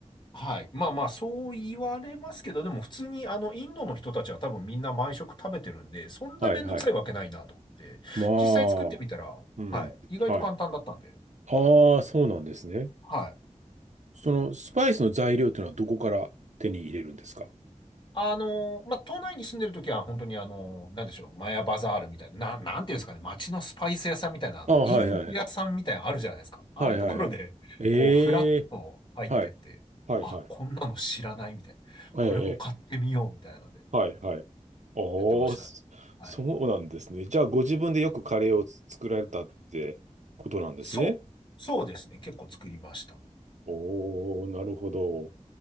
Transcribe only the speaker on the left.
はい。まあまあ、そう言われますけど、でも普通にあの、インドの人たちは多分みんな毎食食べてるんで、そんなめんどくさいわけないなと思って、
実際作ってみたら、
はい。意外と簡単だったんで、
はい。
あのまあ、都内に住んでるときは本当にあのなんでしょう、マヤバザールみたいな、な、なんていうんですかね、街のスパイス屋さんみたいな、あの、
インド屋さんみたいなのあるじゃないですか。
ああいうところで、
こう、フラッと入ってって、
あ、こんなの知らないみたいな。これも買ってみようみたいなので、
やってましたね。
はい
そう、そうですね。結構作りました。